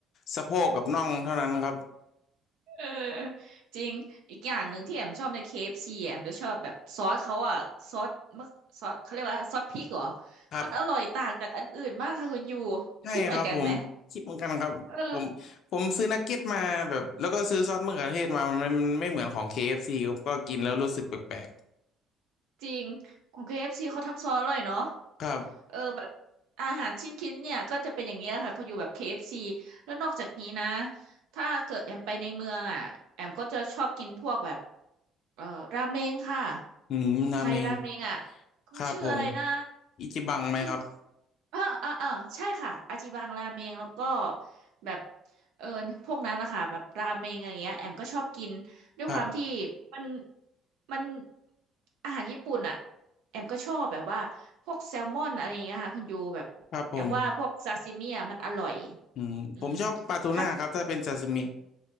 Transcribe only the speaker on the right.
เออจริง อีกอย่างหนึ่งที่แอมชอบใน KFC แอมจะชอบแบบซอสเขาอะซอสมะซอสเขาเรียกว่าซอสพริกเหรอ
มันอร่อยต่างจากอันอื่นมากค่ะคุณยู
คิดเหมือนกันไหมเออ
จริงของ KFC เอฟซีเขาทำซอสอร่อยเนาะ
เออแบบอาหารชิ้นคินเนี่ยก็จะเป็นอย่างเงี้ยค่ะเขาอยู่แบบ KFC แล้วนอกจากนี้นะถ้าเกิดแอมไปในเมืองอ่ะแอมก็จะชอบกินพวกแบบเอ่อราเมงค่ะ
ไทยราเมงอ่ะ
มันชื่ออะไรนะ
ชื่ออ่าอ่าอ่าใช่ค่ะอาจิบังราเมงแล้วก็แบบเออพวกนั้นล่ะค่ะแบบราเมงอะไรเงี้ยแอมก็ชอบกินด้วยความที่
มันมันอาหารญี่ปุ่นอ่ะ แอมก็ชอบแบบว่าพวกแซลมอนอะไรอย่างเงี้ยค่ะคุณยูแบบแอมว่าพวกซาซิมิอ่ะมันอร่อย
อืมถ้า